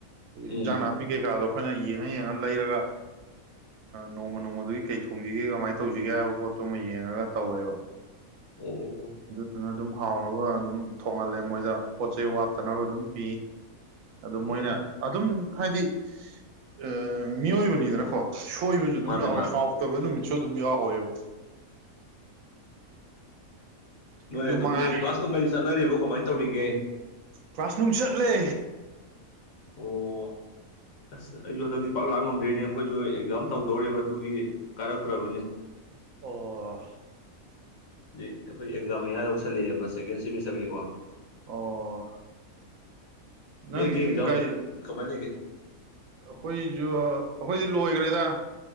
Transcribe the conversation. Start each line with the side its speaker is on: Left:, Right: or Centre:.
Left: ꯎꯝ
Right: ꯏꯟꯖꯥꯡ ꯅꯥꯄꯤ ꯄꯤ ꯀꯩꯀꯥꯗꯣ ꯑꯩꯈꯣꯏꯅ ꯌꯦꯡꯉ ꯌꯦꯡꯉ ꯂꯩꯔꯒ ꯅꯣꯡꯃ ꯅꯣꯡꯃꯗꯨꯒꯤ ꯀꯩ ꯊꯣꯡꯁꯤꯒꯦ ꯀꯃꯥꯏꯅ ꯇꯧꯁꯤꯒꯦ ꯍꯥꯏꯕ ꯄꯣꯠꯇꯨ ꯑꯃ ꯌꯦꯡꯉꯒ ꯇꯧꯋꯦꯕ
Left: ꯑꯣ
Right: ꯑꯗꯨꯅ ꯑꯗꯨꯝ ꯍꯥꯎꯅꯕ ꯑꯗꯨꯝ ꯊꯣꯡꯍꯜꯂꯦ ꯃꯣꯏꯗ ꯄꯣꯠ ꯆꯩ ꯋꯥꯠꯇꯅꯕ ꯑꯗꯨꯝ ꯄꯤ ꯑꯗꯨ
Left: ꯑꯣ
Right: ꯃꯣꯏꯅ ꯑꯗꯨꯝ ꯍꯥꯏꯗꯤ ꯑꯥꯟꯃꯤꯑꯣꯏꯕꯅꯤꯗꯅꯀꯣ ꯁꯣꯏꯕꯁꯨ ꯑꯗꯨꯝ
Left: ꯃꯥꯅꯦ
Right: ꯌꯥꯎꯋꯦ
Left: ꯃꯥꯅꯦ
Right: ꯍꯥꯎꯇꯕ ꯅꯨꯃꯤꯠꯁꯨ ꯑꯗꯨꯝ ꯌꯥꯎꯋꯦꯕ
Left: ꯅꯣꯏ
Right: ꯑꯗꯨ
Left: ꯑꯗꯨꯝ
Right: ꯃꯉꯥꯏ
Left: ꯅꯣꯏ ꯀ꯭ꯂꯥꯁ ꯅꯨꯡꯒꯗꯤ ꯆꯠꯅꯔꯤꯕꯣ ꯀꯃꯥꯏꯅ ꯇꯧꯔꯤꯒꯦ
Right: ꯀ꯭ꯂꯥꯁꯅꯨꯡ ꯆꯠꯂꯦ
Left: ꯑꯣ ꯑꯁ ꯑꯩꯁꯨ ꯍꯟꯗꯛꯇꯤ ꯄꯥꯛ ꯂꯥꯛ ꯉꯝꯗ꯭ꯔꯦꯅꯦ ꯑꯩꯈꯣꯏꯁꯨ ꯑꯦꯛꯖꯥꯝ ꯇꯧꯗꯧꯔꯦꯕ ꯑꯗꯨꯒꯤ ꯀꯥꯏꯔꯛꯇ꯭ꯔꯕꯅꯤ
Right: ꯑꯣ
Left: ꯑꯩꯈꯣꯏ ꯑꯦꯛꯖꯥꯝ ꯃꯌꯥ ꯌꯧꯁꯜꯂꯛꯑꯦꯕ ꯁꯦꯀꯦꯟ ꯁꯦꯃꯤꯁꯇꯔꯒꯤꯀꯣ
Right: ꯑꯣ ꯅꯪ
Left: ꯅꯣꯏꯗꯤ ꯑꯦꯛꯖꯥꯝ
Right: ꯀꯩ
Left: ꯀꯃꯥꯏꯅ ꯂꯩꯒꯦ
Right: ꯑꯩꯈꯣꯏꯁꯨ ꯑꯩꯈꯣꯏꯗꯤ ꯂꯣꯏꯈ꯭ꯔꯦꯗ